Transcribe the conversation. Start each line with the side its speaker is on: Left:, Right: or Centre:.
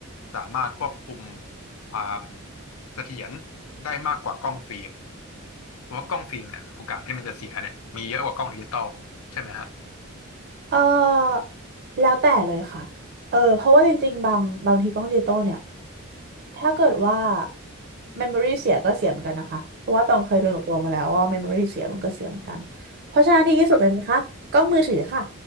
Left: สามารถควบคุมความเสถียรได้มากกว่ากล้องฟิล์มเพราะว่ากล้องฟิล์มเนี่ยโอกาสที่มันจะเสียเนี่ยมีเยอะกว่ากล้องดิจิตอลใช่ไหมฮะ
Right: เออแล้วแต่เลยค่ะเออเพราะว่าจริงๆบางบางทีกล้องดิจิตอลเนี่ยถ้าเกิดว่า memory เสียก็เสียเหมือนกันนะคะเพราะว่าตองเคยโดนกับตัวมาแล้วว่า memory เสียมันก็เสียเหมือนกันเพราะฉะนั้นดีที่สุดเลยนะคะกล้องมือถือค่ะ
Left: ครับ